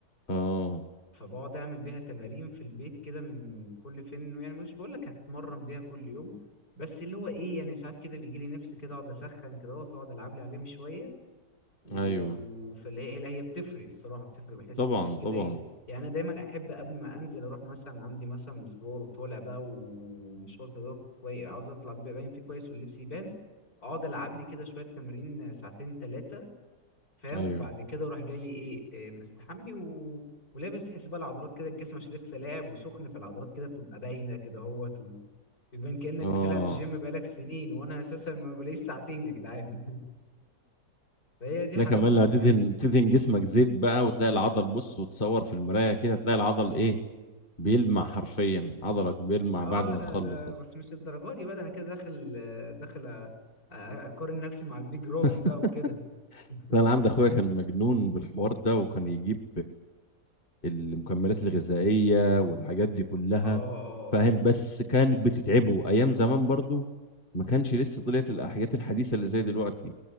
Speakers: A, on the left; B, on the left.
A: اه
B: فبقعد اعمل بيها تمارين في البيت كده من كل فين يعني مش بقول لك هتمرن بيها كل يوم بس اللي هو ايه يعني ساعات كده بيجي لي نفس كده اقعد اسخن كده واقعد العب لي عليهم شويه و-
A: ايوه
B: فاللي هي لا هي بتفرق الصراحه بتفرق بحس
A: طبعا
B: الواحد كده
A: طبعا
B: ايه يعني انا دايما احب قبل ما انزل اروح مثلا عندي مثلا مشوار وطالع بقى ومشوار كده كويس عاوز اطلع بيبقى باين فيه كويس واللبس يبان اقعد العب لي كده شويه تمارين ساعتين ثلاثه فاهم
A: ايوه
B: وبعد كده وراح جاي ايه إيه، مستحمي و... ولابس تحس بقى العضلات كده الجسم عشان لسه لاعب وسخن فالعضلات كده بتبقى باينه كده اهوت ويبان كانك
A: اه
B: بتلعب جيم بقالك سنين وانا اساسا ما بلاقيش ساعتين يا جدعان <laughs> فهي دي
A: لا
B: حلاوه
A: كمان لما
B: الجيم
A: تدهن تدهن جسمك زيت بقى وتلاقي العضل بص وتصور في المراية كده تلاقي العضل ايه بيلمع حرفيا عضلك بيلمع
B: اه
A: بعد ما
B: لا
A: تخلص
B: ده
A: اصلا
B: بس مش الدرجه دي بقى ده انا كده داخل آه، داخل أ- أ- اقارن نفسي مع البيج رامي
A: <laughs>
B: بقى وكده <laughs>
A: لا انا عندي اخويا كان مجنون بالحوار ده وكان يجيب المكملات الغذائية والحاجات دي كلها
B: اه اه
A: فاهم
B: آه.
A: بس كانت بتتعبه ايام زمان برضو ما كانش لسه طلعت الحاجات الحديثة اللي زي دلوقتي